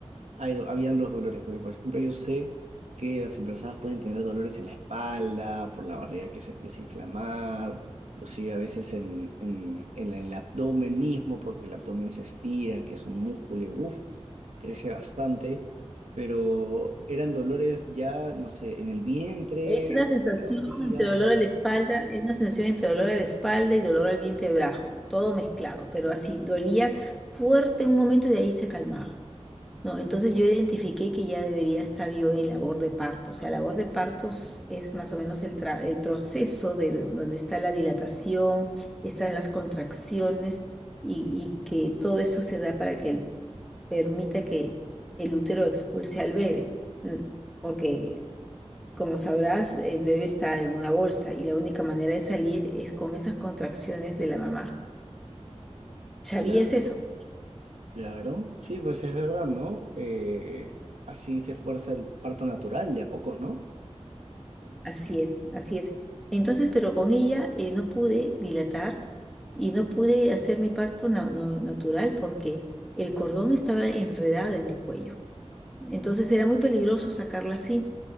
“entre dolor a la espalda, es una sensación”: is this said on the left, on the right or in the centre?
Centre